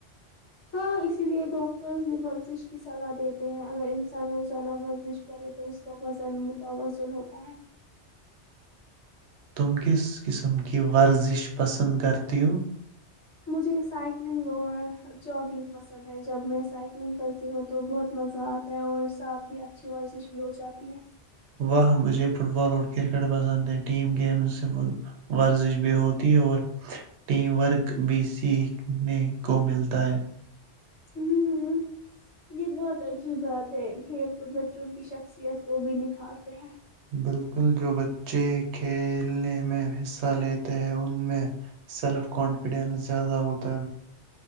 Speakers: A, on the left; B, on the right.
A: ہاں اسی لیے ڈاکٹرز بھی ورزش کی صلاح دیتے ہیں اگر انسان روزانہ ورزش کرے تو اس کا وزن متوازن ہوتا ہے
B: تم کس قسم کی ورزش پسند کرتی ہو
A: مجھے سائکلنگ اور جگنگ پسند ہے جب میں سائکلنگ کرتی ہوں تو بہت مزہ آتا ہے اور ساتھ ہی اچھی ورزش بھی ہو جاتی ہے
B: وہاں مجھے فٹ بال اور کرکٹ پسند ہے ٹیم گیم سے ورزش بھی ہوتی ہے اور ٹیم ورک بھی سیکھنے کو ملتا ہے
A: ہ یہ بہت عجیب بات ہے کھیل کود بچوں کی شخصیت کو بھی نکھارتے ہیں
B: بالکل جو بچے کھیلنے میں حصہ لیتے ہیں ان میں سیلف کانفیڈنس زیادہ ہوتا